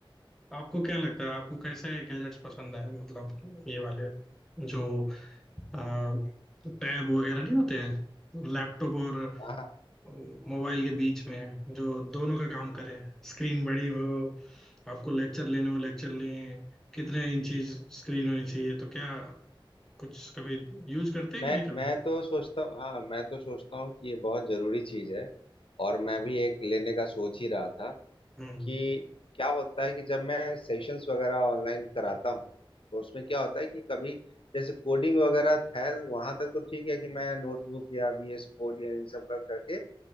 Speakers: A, in the centre; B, on the left.
A: आपको क्या लगता है आपको कैसे गैजेट्स पसंद है मतलब ये वाले जो टैब वगैरह नहीं होते हैं लैपटॉप और
B: हाँ
A: मोबाइल के बीच में जो दोनों का काम करें स्क्रीन बड़ी हो आपको लेक्चर लेने हो लेक्चर लें कितने इंची स्क्रीन होनी चाहिए तो क्या कुछ कभी यूज करते हैं
B: मैं
A: कि नहीं करते
B: मैं तो सोचता हूँ हाँ मैं तो सोचता हूँ कि ये बहुत जरूरी चीज है और मैं भी एक लेने का सोच ही रहा था
A: हम्म
B: कि क्या होता है कि जब मैं सेशंस वगैरह ऑनलाइन कराता हूँ तो उसमें क्या होता है कि कभी जैसे कोडिंग वगैरह है वहां तक तो ठीक है कि मैं नोटबुक या वीएस कोड या इन सब का करके